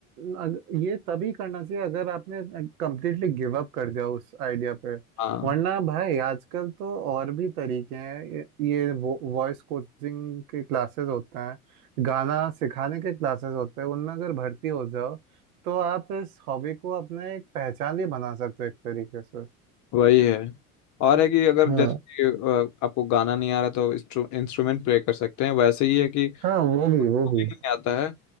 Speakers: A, on the right; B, on the left.
A: अग, ये तभी करना चाहिए अगर आपने कंप्लीटली गिव अप कर दिया उस आइडिया पे
B: हाँ
A: वरना भाई आजकल तो और भी तरीके हैं ये, ये वो, वॉइस कोचिंग के क्लासेस होते हैं गाना सिखाने के क्लासेस होते हैं उनमें अगर भर्ती हो जाओ तो आप इस हॉबी को अपने एक पहचान भी बना सकते हो एक तरीके से
B: वही है और है कि अगर
A: हाँ
B: जैसे कि अ, आपको गाना नहीं आ रहा तो इंस्ट्रूमेंट प्ले कर सकते हैं वैसे ही है कि
A: हाँ वो भी
B: कुकिंग
A: वो भी
B: नहीं आता है